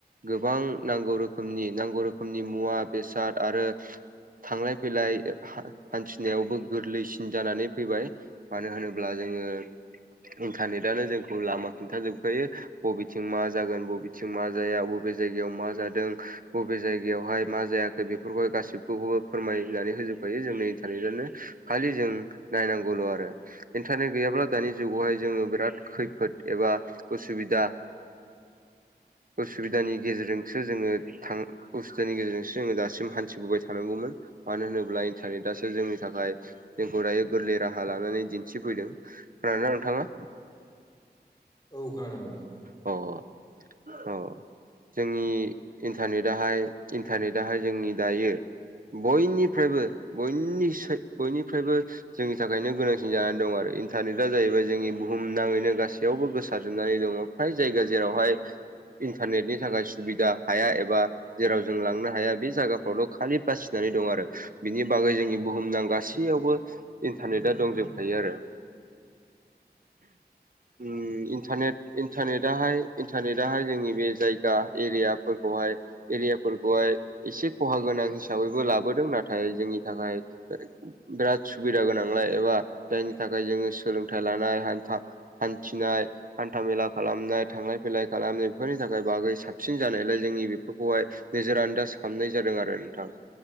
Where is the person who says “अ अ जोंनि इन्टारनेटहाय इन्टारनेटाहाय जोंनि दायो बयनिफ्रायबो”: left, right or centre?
Right